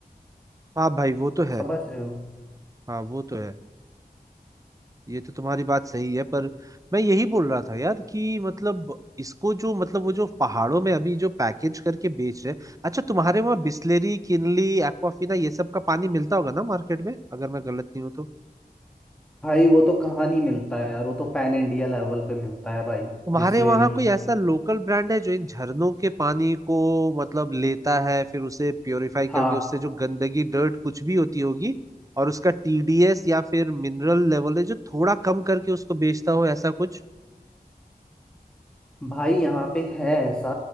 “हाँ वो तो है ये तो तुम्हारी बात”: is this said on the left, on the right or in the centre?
Right